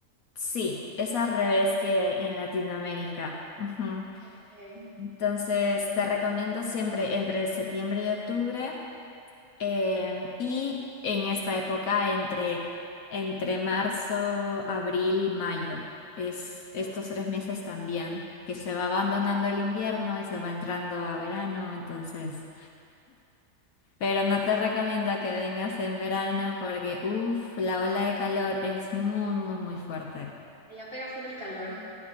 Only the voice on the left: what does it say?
sí, es al revés que en Latinoamérica. Ujú.
Entonces, te recomiendo siempre entre septiembre y octubre. Em, y en esta época, entre, entre marzo, abril, mayo, es estos
tres meses también, que se va abandonando el invierno y se va entrando a verano, entonces, pero no te recomiendo que vengas en verano porque, uff, la ola de calor es muy, muy, muy fuerte.